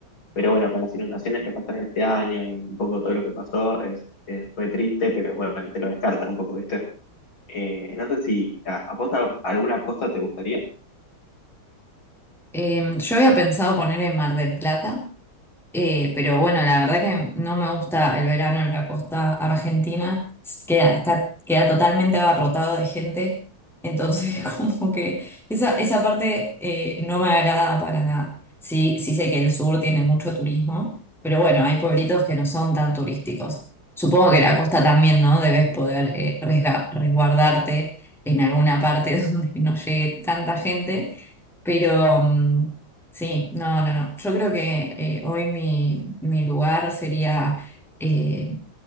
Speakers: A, on the left; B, in the centre.
A: Pero bueno, con las inundaciones que pasaron este año y un poco todo lo que pasó, es, es- fue triste, pero bueno, te lo descartan un poco, ¿viste? Eh, no sé si a, a vos a- alguna costa te gustaría.
B: Eh, yo había pensado poner en Mar del Plata Eh, pero bueno, la verdad que no me gusta el verano en la costa argentina. Queda, está, queda totalmente abarrotado de gente. Entonces, <laughs> como que esa, esa parte eh, no me agrada para nada. Sí, sí sé que el sur tiene mucho turismo, pero bueno, hay pueblitos que no son tan turísticos. Supongo que la costa también, ¿no? Debes poder eh, resga- resguardarte en alguna parte <laughs> donde no llegue tanta gente. Pero, mm, Sí, no, no, no. Yo creo que eh, hoy mi, mi lugar sería, eh,